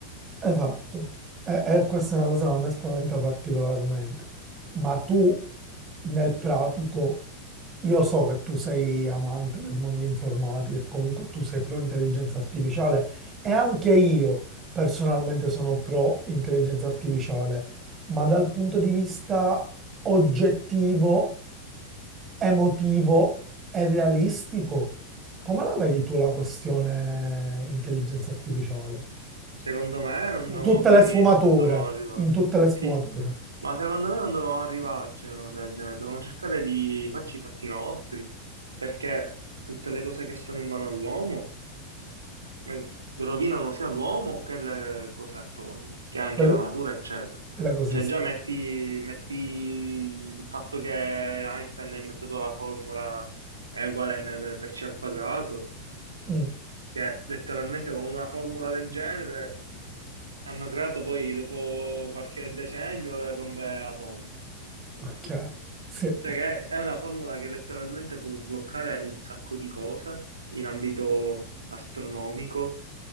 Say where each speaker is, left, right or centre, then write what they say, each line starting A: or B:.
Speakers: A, on the right; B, on the right.
A: esatto. E, e questa è una cosa che a me spaventa particolarmente. Ma tu, nel pratico, io so che tu sei amante del mondo informatico e comunque tu sei pro intelligenza artificiale e anche io personalmente sono pro intelligenza artificiale, ma dal punto di vista oggettivo emotivo e realistico. Come la vedi tu la questione eh, intelligenza artificiale?
B: Secondo me non dovevamo
A: In tutte
B: fare
A: le sfumature,
B: niente, non dovevamo arrivare.
A: in tutte le sfumature,
B: Sì, ma secondo me non dovevamo arrivarci a una cosa del genere, dovevamo cercare di farci i fatti nostri, perché tutte le cose che sono in mano all'uomo Ma rovinano sia l'uomo che le cose attorno, che anche
A: che l-
B: la natura, eccetera.
A: l'ecosistema.
B: Cioè, già metti, metti il fatto che Einstein ha inventato la formula E uguale mc per c al quadrato,
A: Mm,
B: che letteralmente con una formula del genere hanno creato poi, dopo qualche decennio, le bombe atomiche.
A: ok, sì,
B: Cioè, che è una formula che letteralmente può sbloccare un sacco di cose in ambito astronomico